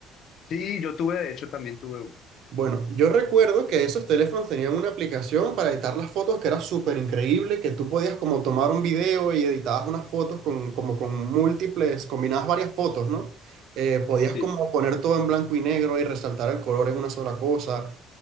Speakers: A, on the left; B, on the right.
A: Sí, yo tuve, de hecho, también tuve uno.
B: Bueno, yo recuerdo que esos teléfonos tenían una aplicación para editar las fotos que era súper increíble, que tú podías como tomar un video y editabas unas fotos con, como con múltiples, combinabas varias fotos, ¿no? Eh, podías
A: Sí.
B: como poner todo en blanco y negro y resaltar el color en una sola cosa.